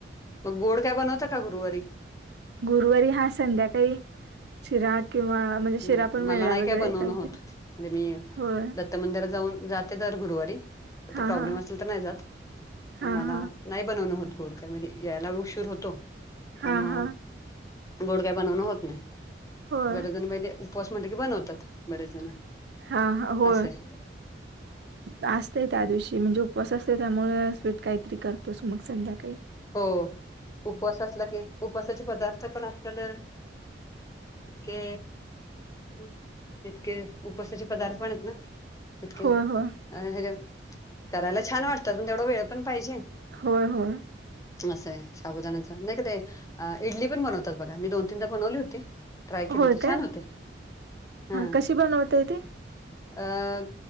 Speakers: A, on the left (about 20°); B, on the right (about 65°).
A: मग गोड काय बनवता का गुरुवारी?
B: गुरुवारी हा संध्याकाळी शिरा किंवा म्हणजे
A: ह
B: शिरा पण
A: मला
B: वेगळा
A: नाही
B: वेगळे
A: काय बनवून
B: काहीतरी
A: होत म्हणजे मी
B: होय
A: दत्त मंदिरात जाऊन जाते दर गुरुवारी, फक्त
B: हां
A: प्रॉब्लेम
B: हां
A: असेल तर नाही जात. ह
B: हां
A: मला
B: हां
A: नाही बनवणं होत गोड काय म्हणजे यायला उशीर होतो त्यामु
B: हां हां
A: गोड काय बनवणं होत नाही,
B: होय
A: बरेच जण म्हणजे उपवास म्हणलं की बनवतात बरेच जण.
B: हा हो
A: असं आहे.
B: असतेय त्या दिवशी म्हणजे उपवास असते त्यामुळे काहीतरी करतोच मग संध्याकाळी
A: हो उपवासा असला की उपवासाचे पदार्थ पण आपल्याल इितके, तितके उपसाचे पदार्थ पण आहेत ना. इतके,
B: होय होय
A: अ हर करायला छान वाटतात पण तेवढा वेळ पण पाहिजे.
B: होय, होय,
A: असं आहे शाबुदाण्याच, नाही का ते इडली पण बनवतात बघा मी दोन तीनदा बनवली होती. ट्राय केली
B: होय
A: होती
B: काय
A: छान होते. हा
B: कशी बनवताय ते?
A: अं,